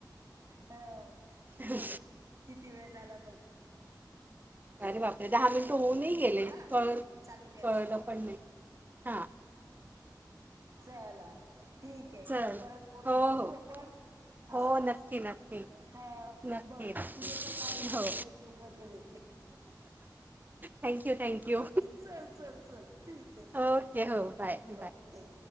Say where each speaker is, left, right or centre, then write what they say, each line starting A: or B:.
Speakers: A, on the right; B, on the right.
A: हा बघ
B: ह
A: किती वेळ झाला बघ.
B: अरे बापरे दहा मिनट होऊनही
A: एक मिनिट
B: गेले
A: हा
B: क
A: चालू ठेवा
B: कळलं
A: हा फोन
B: पण नाही हा
A: चला ठीक आहे
B: चल
A: परत परत
B: हो
A: बोलू
B: हो
A: आपण
B: हो
A: असंच.
B: नक्की नक्की
A: हा
B: नक्की
A: बघ तुझे पण माझे इतके
B: हो
A: मिनिट पूर्ण केले.
B: थँक्यू थँक्यू
A: चल चल चल ठीक आहे
B: ओके हो बाय बाय
A: ओके.